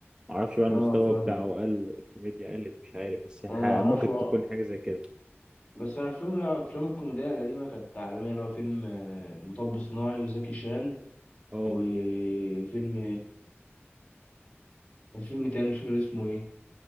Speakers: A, on the right (about 20°); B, on the left (about 25°).
A: معرفش بقى
B: اه
A: المستوى
B: فاهم
A: بتاعه قل الكوميديا قلت مش عارف بس يعني
B: انا
A: ح-
B: معرفش
A: ممكن
B: بقى
A: تكون حاجه زي كده
B: بس انا فيلم من الافلام الكوميديا القديمه كانت عالميه اللي هو فيلم آه، مطب صناعي وزكي شان
A: اه
B: وفيلم آه، فيلم تاني مش فاكر اسمه ايه